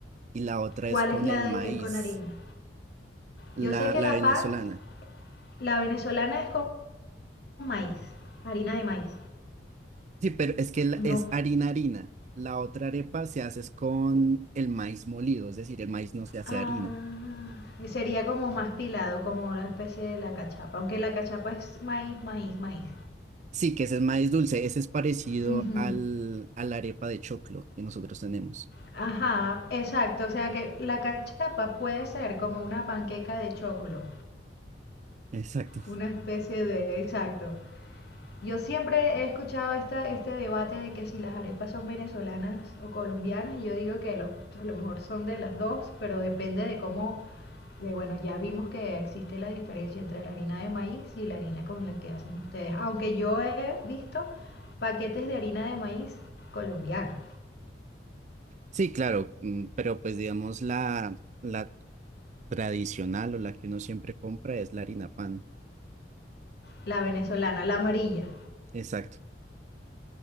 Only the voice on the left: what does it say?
¿Cuál
es la
de
que es con harina?
Yo sé que
la
pan, la venezolana es con maíz, harina de maíz.
No.
Ah,
sería como más pilado, como una especie de la cachapa. Aunque la cachapa es maíz, maíz, maíz.
Mm. Ujú.
Ajá, exacto. O sea que la cachapa puede ser como una panqueca de choclo.
Una especie de, exacto. Yo siempre he escuchado esta, este debate de que si las arepas son venezolanas o colombianas, y yo digo que lo- a lo mejor son de las dos, pero depende de cómo, de, bueno, ya vimos que existe la diferencia entre la harina de maíz y la harina con la que hacen ustedes. Aunque yo he visto paquetes de harina de maíz colombiana,
la venezolana, la amarilla.